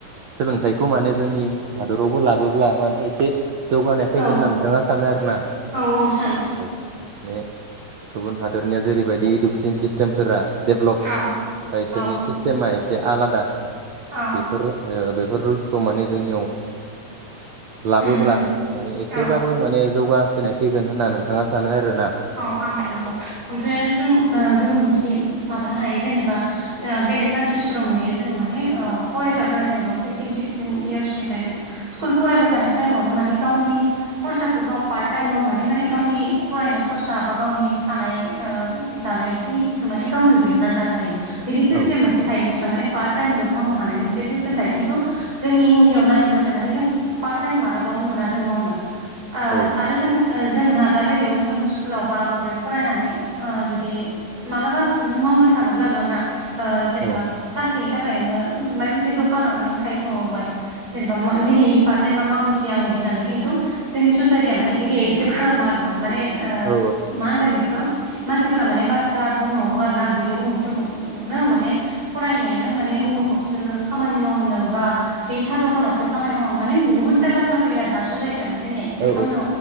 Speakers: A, on the right; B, on the right.
A: सोलोंथाइखौ खौ माने जोंनि हादरावबो लाबोब्ला माने एसे जौगानाय फैगोन
B: औ
A: होनना नोंथाङा सानो आरो ना
B: औ औ सानो
A: औ माने गुबुन हादरनिया जेरैबायदि इडुकेसन सिस्टेमफोरा देब बा
B: औ
A: इसोरनि
B: औ
A: सिस्टेमा ए से आलादा
B: औ
A: बेफोर ओ बेफ रुल्सखौ माने जोंनियाव लाबोब्ला
B: उम उम
A: माने एसेबाबो
B: औ
A: माने जौगासिनाय फैगोन होनना नोंथाङा सानो आरो
B: औ आं सानगौ ओमफ्राय आरो जों ओ जों मोनसे माबानो हायो जेनेबा ओ बेलेग कानट्रिसफोराव जों माने ओ फरायसाफोरा जेनेबा फिफटिन सिक्सटिन इयारसनिफ्राय स्कुल फरायबाय थानाय टाइमावनो माने गावनि खरसाखौ गाव पार्ट टाइम मावनानै माने गावनि फरायनाय खरसा बा गावनि थानाय ओ जानायखिनिखौ माने गावनो दिहुननानै लानो हायो बिदि सिस्टेम
A: औ
B: मोनसे थायो बिसोरनाव माने पार्ट टाइम जब मावनो हानायनि मोनसे सिस्टेम थायो खिन्थु जोंनि इण्डियाआव नायोब्लाथाय माने जों पार्ट टाइम मालाबाबो मोना जों मावनो ओ
A: औ
B: आरो जों ओ जोंना दाबायदियावबो जों कुलाव बा माबायाव फरायनानै ओ जुदि मालाबा नों मावनो सानोब्लाबो ना ओ जेनेबा
A: औ
B: सानसेनि थाखाय नोंङो माब मोनसे दखानावनो नों थाहैथबाय जेनेबा दिनै पार्ट टाइमा मावनिसै आंङोदि होननानै खिन्थु जोंनि ससायटिया माने बिख एक्सेप्त खालामा आरो ना माने ओ
A: औ
B: मान गोन बे खो मानसिफोरा माने बाथ्रा बुंनो हममो आरो ना बियो उमुख थुमुगनो माने फरायनायानो माने उमुखावसो खामानि मावनो बा बे साहा दखानावसो खामानि मावनो माने बहुद था बाथ्रा फैयो आरोना सुसाइ जोंनिआ माने एकसेब
A: औ
B: खालामनो